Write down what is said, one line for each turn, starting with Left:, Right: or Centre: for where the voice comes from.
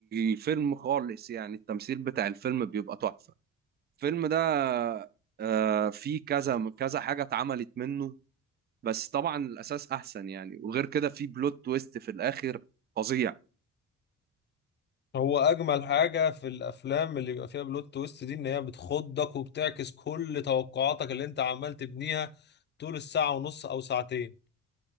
Right: الفيلم خالص يعني التمثيل بتاع الفيلم بيبقى تحفة الفيلم ده آه، فيه كذا كذا حاجة اتعملت منه بس طبعا الأساس أحسن يعني وغير كده فيه بلوت تويست في الآخر فظيع
Left: هو اجمل حاجه في الافلام اللي بيبقى فيها بلوت تويست دي ان هي بتخضك وبتعكس كل توقعاتك اللي انت عمال تبنيها طول الساعه ونص او ساعتين